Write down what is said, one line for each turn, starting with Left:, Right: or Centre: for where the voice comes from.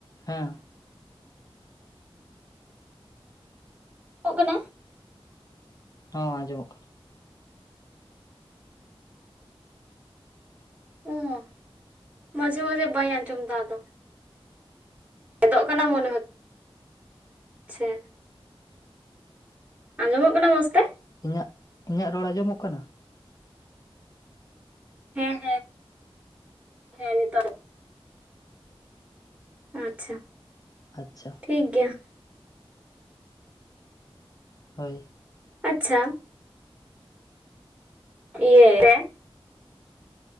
Left: ᱦᱮᱸ
Right: ᱚᱜ ᱠᱟᱱᱟ
Left: ᱦᱮᱸ ᱟᱸᱡᱚᱢᱼᱚᱜ ᱠᱟᱱᱟ
Right: ᱚᱸ ᱢᱟᱡᱷᱮ ᱢᱟᱡᱷᱮ ᱵᱟ. ᱧ ᱟᱸᱡᱚᱢ ᱫᱟ ᱟᱫᱚ ᱜᱮᱫᱚᱜ ᱠᱟᱱᱟ ᱢᱚᱱᱮ ᱪᱷᱟ ᱟᱸᱡᱚᱢᱚᱜ ᱠᱟᱱᱟ ᱢᱚᱡᱽ ᱛᱮ?
Left: ᱤᱧᱟᱹᱜ ᱤᱧᱟᱹᱜ ᱨᱚᱲ ᱟᱸᱡᱚᱢᱚᱜ ᱠᱟᱱᱟ
Right: ᱦᱮᱸ ᱦᱮᱸ ᱦᱮᱸ ᱱᱤᱛ ᱟᱸᱡᱚᱢᱼᱚᱜ ᱟᱪᱷᱟ
Left: ᱟᱪᱪᱷᱟ
Right: ᱴᱷᱤᱠ ᱜᱮᱭᱟ
Left: ᱦᱳᱭ
Right: ᱟᱪᱪᱷᱟ <unintelligible>